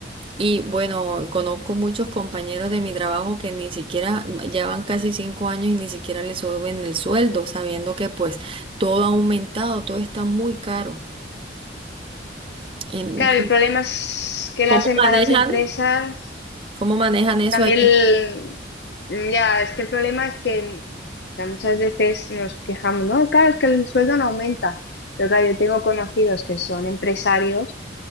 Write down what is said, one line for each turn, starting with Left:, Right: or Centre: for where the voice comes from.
Right: Y bueno, conozco muchos compañeros de mi trabajo que ni siquiera, ya van casi cinco años y ni siquiera les suben el sueldo, sabiendo que pues todo ha aumentado, todo está muy caro. En-
Left: Claro, el problema es que
Right: ¿cómo
Left: las, em-
Right: manejan?
Left: a las empresas
Right: ¿Cómo manejan eso
Left: También,
Right: allá?
Left: el- ya, es que el problema es que, o sea, muchas veces nos quejamos, no, claro, es que el sueldo no aumenta, pero claro, yo tengo conocidos que son empresarios